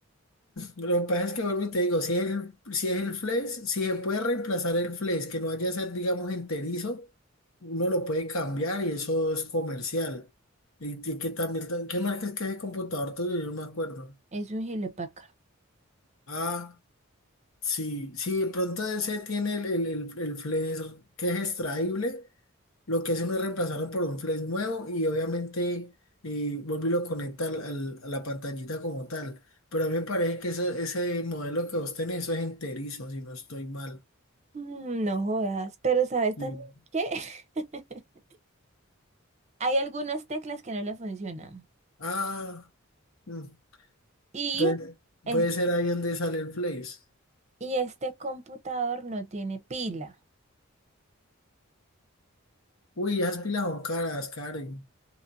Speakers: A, on the left; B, on the right.
A: lo que pasa es que vuelvo y te digo, si es el, si es el flex, si se puede reemplazar el flex, que no vaya a ser, digamos, enterizo, uno lo puede cambiar y eso es comercial. Y, que que también, ¿qué marca es que es el computador tuyo? Yo no me acuerdo.
B: Es un gilepácaro.
A: Ah, sí, sí, de pronto ese tiene el, el, el, el flex que es extraíble, Lo que hacen es reemplazarlo por un flash nuevo y obviamente eh, vuelve y lo conecta al- al- a la pantallita como tal. Pero a mí me parece que eso- ese modelo que vos tenés, eso es enterizo, si no estoy mal.
B: Mm, no jodas, pero ¿sabes
A: Sí.
B: también qué? <laughs> Hay algunas teclas que no le funcionan.
A: Ah, mm,
B: Y,
A: entonces
B: es-
A: puede ser ahí donde sale el flash.
B: y este computador no tiene pila,
A: Uy, esas pilas son caras, Karen.